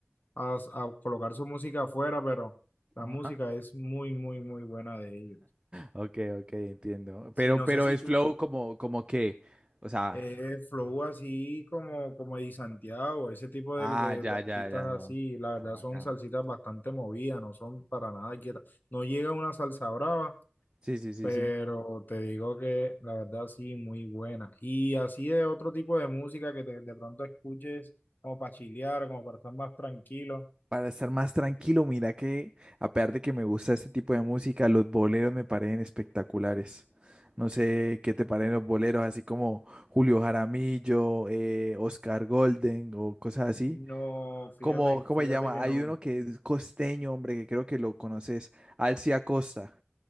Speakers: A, on the left; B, on the right.
A: a- a colocar su música afuera, pero la
B: Ajá.
A: música es muy, muy, muy buena de ellos.
B: Ok, ok, entiendo.
A: Sí,
B: Pero,
A: no
B: pero
A: sé si
B: es
A: tú
B: flow como, como que, o sea,
A: eh, flow así como, como Eddie Santiago, ese tipo
B: ah,
A: de, de-
B: ya,
A: de artistas
B: ya, ya,
A: así,
B: no.
A: la verdad
B: Tan bacano.
A: son salsitas bastante movidas, no son para nada quietas. No llega una salsa brava,
B: Sí, sí, sí,
A: pero
B: sí.
A: te digo que la verdad sí, muy buena. Y así de otro tipo de música que te- de pronto escuches como para chilear, como para estar más tranquilo.
B: Para estar más tranquilo, mira que a pesar de que me gusta este tipo de música, los boleros me parecen espectaculares. No sé qué te parecen los boleros, así como Julio Jaramillo, eh, Oscar Golden o cosas así.
A: No, fíjate,
B: Como, ¿cómo
A: fíjate
B: se llama?
A: que
B: Hay
A: no.
B: uno que es costeño, hombre, que creo que lo conoces, Alci Acosta.